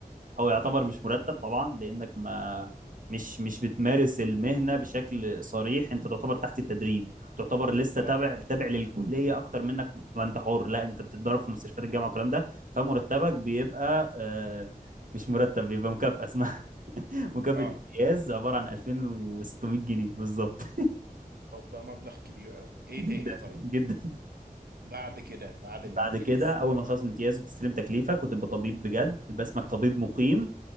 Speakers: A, on the right; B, on the right.
A: هو يعتبر
B: اه
A: مش مرتب طبعا لانك ما مش مش بتمارس المهنه بشكل صريح انت تعتبر تحت التدريب تعتبر لسه تابع
B: اه
A: تابع للكليه اكتر منك ما انت حر لا انت بتتدرب في مستشفيات الجامعه والكلام ده فمرتبك
B: مم.
A: بيبقى آه، مش مرتب بيبقى مكافاه اسمها <laughs> مكافاه
B: اه
A: امتياز عباره عن 2600 جنيه بالظبط <laughs>
B: طب ده مبلغ كبير قوي ايه
A: جدا
B: تاني طيب
A: جدا
B: بعد كده بعد
A: بعد
B: الامتياز
A: كده اول ما تخلص الامتياز وتستلم تكليفك وتبقى طبيب بجد باسمك طبيب مقيم